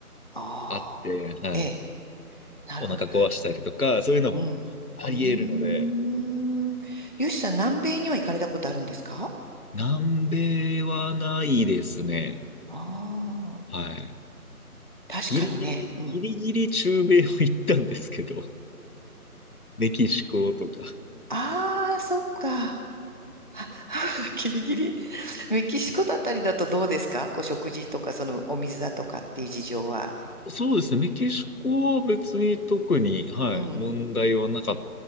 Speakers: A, on the left (about 30°); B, on the left (about 70°).
A: ああ、
B: あって、はい。
A: ええ。なるほど。
B: お腹壊したりとか、そういうのもあり得るので、
A: うん。うーん。よしさん、南米には行かれたことあるんですか
B: 南米はないですね。
A: ああ
B: はい。
A: ー、確かにね。
B: ギリギリ、
A: うん。
B: ギリギリ中米を行ったんですけど、メキシコとか。
A: ああ、そっか。あ <laughs> ギリギリ。メキシコだったりだとどうですかこう食事とか、そのお水だとかっていう事情は。
B: そうですね、メキシコは別に特に、はい、
A: うん。
B: 問題はなかっ